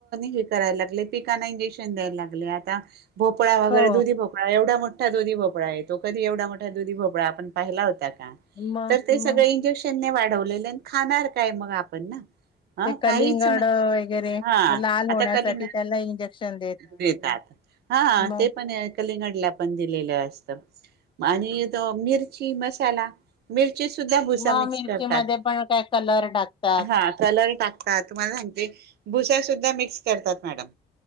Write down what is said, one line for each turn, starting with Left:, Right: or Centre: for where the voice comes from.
Right: हे करायला लागले पिकना इंजेक्शन द्यायला लागले आता भोपळा वगैरे
Left: हो
Right: दुधी भो''--'' एवढा मोठा दुधी भोपळा येतो कधी एवढा मोठा दुधी भोपळा आपण पाहिला होता का.
Left: मग
Right: तर ते सगळे
Left: मग
Right: इंजेक्शने वाढवलेले खाणार काय मग आपण ना. हा
Left: ते कलिंगड
Right: काहीच म्ह
Left: वगैरे
Right: हा
Left: लाल होण्यासाठी
Right: आता कलिंग
Left: त्याला इंजेक्शन
Right: देतात. हा
Left: मग
Right: ते पण हाईत. कलिंगडला पण दिलेलं असत आणि तो मिरची मसाला. मिरची सुद्धा भुसा
Left: मग
Right: मिक्स
Left: मिरचीमध्ये
Right: करतात
Left: पण काय कलर टाकतात
Right: हा कलर टाक''--'' का तुम्हाला सांगते भुसा सुद्धा मिक्स करतात मॅडम.